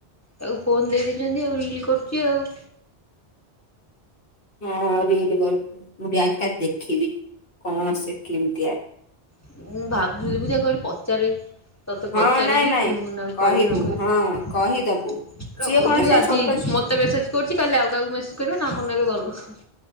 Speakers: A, on the left (about 15°); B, on the left (about 60°).
A: ତାକୁ ଫୋନ ଦେଇଦେଇଛନ୍ତି ଆଉ ରିଲ କରୁଛି ଆଉ
B: ହଁ ରିଲ୍ କରୁଚି ମୁଁ ଟିକେ ଆଜି ତାର ଦେଖିବି କଣ ସେ କେମତିଆ
A: <unintelligible> ତତେ
B: ହଁ
A: ପଚାରିକି
B: ନାଇଁ ନାଇଁ
A: ମୁନା କୁ
B: କହିବୁ
A: କହିବି ନ କହିବି
B: ହଁ କହିଦବୁ। ସିଏ
A: କହୁଥିବି
B: କଣ ସେ
A: ଆଜି
B: ଛୋଟ
A: ମତେ ମେସେଜ୍ କରୁଛି କାଲି ଆଉକାହାକୁ ମେସେଜ୍ କରିବ ନାମ ନେବେ ଘର ଲୋକ